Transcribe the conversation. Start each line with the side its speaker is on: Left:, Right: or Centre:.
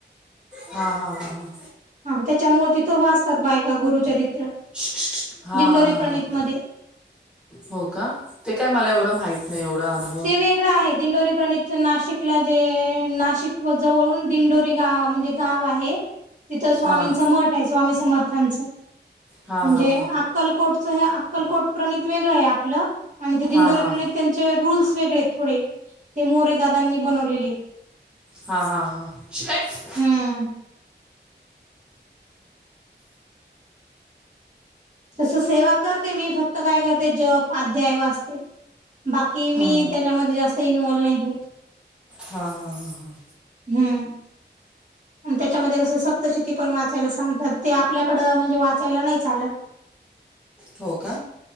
Centre: हा हा हा हा.
Right: हा त्याच्यामुळे तिथं वाचतात बायका गुरुचरित्र.
Centre: श्क, श्क, श्क. हां
Right: दिंडोरीे
Centre: हां हां
Right: प्रणितमध्ये
Centre: हां हो का ते काय मला एवढं माहित नाही एवढं अनु
Right: ते वेगळं आहे, दिंडोरी प्रणितच नाशिकला जे नाशिक जवळून दिंडो म्हणजे गाव आहे, तिथं स्वामींचं
Centre: हां
Right: मठ आहे, स्वामी समर्थांचं
Centre: हां
Right: म्हणजे
Centre: हां
Right: अक्कलकोटचं हे अक अक्कलकोट प्रणित वेगळं आहे आपलं आणि ते दिंडोरी
Centre: हां हां हां
Right: प्रणित त्यांचे रुल्स वेगळे थोडे ते मोरे दादांनी बनवलेले
Centre: हा हा हा चेक्स
Right: हम्म. तसं सेवा करते, मी फक्त काय करते, जप अध्याय वाचते. बाकी मी
Centre: हां
Right: तेच्यामध्ये जास्त इन्वॉल नाही होत.
Centre: हा हा हा हा
Right: हम्म आणि त्याच्यामध्ये कसं सप्तशती पण वाचायला सांगतात. ते आपल्याकड म्हणजे वाचायला नाही चालत.
Centre: हो का